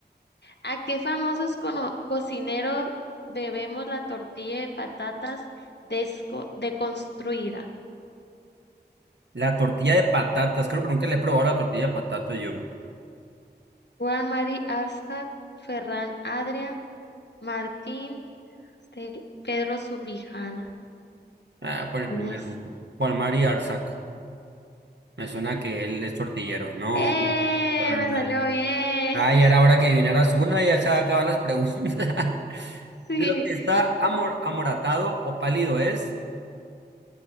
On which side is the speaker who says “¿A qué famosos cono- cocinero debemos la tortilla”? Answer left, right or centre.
Left